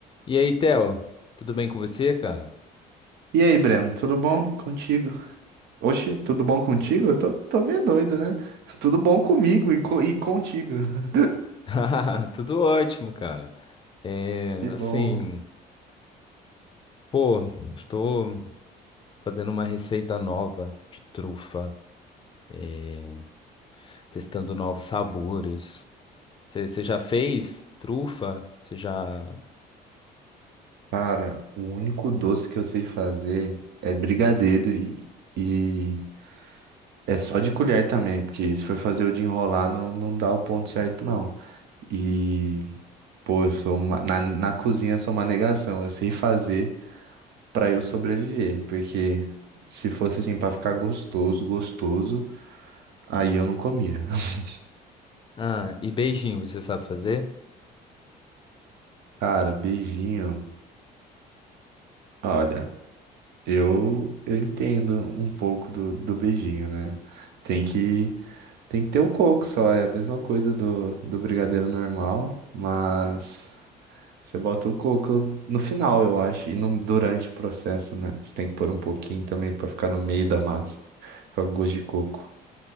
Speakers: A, on the left (about 30°); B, on the right (about 75°).
A: E aí, Theo, tudo bem com você, cara?
B: E aí, Breno, tudo bom contigo? Oxi, tudo bom contigo? Eu tô, tô meio doido, né? Tudo bom comigo e, co- e contigo. <laughs>
A: <laughs> Tudo ótimo, cara. É,
B: Que bom.
A: assim, pô, estou fazendo uma receita nova de trufa, é, testando novos sabores. Você já fez trufa? Você já.
B: Cara, o único doce que eu sei fazer é brigadeiro e, e é só de colher também, porque se for fazer o de enrolar, não, não dá o ponto certo, não. E, pô, eu sou uma- na, na cozinha eu sou uma negação. Eu sei fazer pra eu sobreviver, porque se fosse assim pra ficar gostoso, gostoso, aí eu não comia. <laughs>
A: Ah, e beijinho, você sabe fazer?
B: Cara, beijinho. Olha, eu eu entendo um pouco do, do beijinho, né? Tem que tem que ter o coco só, é a mesma coisa do, do brigadeiro normal, mas você bota o coco no final, eu acho, e no, durante o processo, né? Você tem que pôr um pouquinho também pra ficar no meio da massa, ficar com gosto de coco.